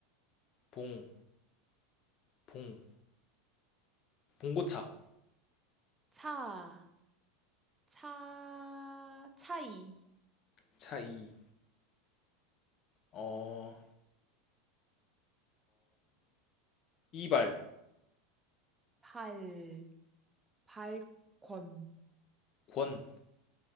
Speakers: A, on the left (about 45°); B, on the right (about 15°).
A: 봉 봉 봉고차
B: 차, 차, 차이.
A: 차이 이어어이 이발
B: 발, 발권.
A: 권